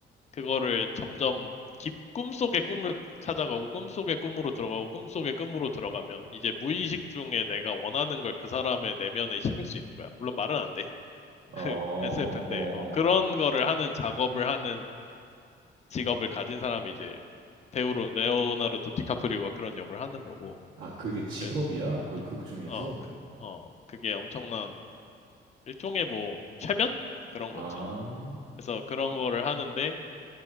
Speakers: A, on the left (about 35°); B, on the right (about 85°).
A: 그거를 점점 깊 꿈속의 꿈을 찾아가고 꿈속의 꿈으로 들어가고 꿈속의 꿈으로 들어가면 이제 무의식 중에 내가 원하는 걸 그 사람의 내면에 심을 수 있는 거야. 물론 말은 안 돼.
B: 어,
A: <laughs>
B: 어,
A: SF인데 그런
B: 어.
A: 거를 하는 작업을 하는 직업을 가진 사람이 이제 배우로 레오나르도 디카프리오가 그런 역을 하는 거고.
B: 아, 그게 직업이야?
A: 그래서
B: 거의 극 중에서?
A: 어, 그, 어, 그게 엄청난 일종의 뭐 최면? 그런
B: 아,
A: 거지. 그래서 그런 거를 하는데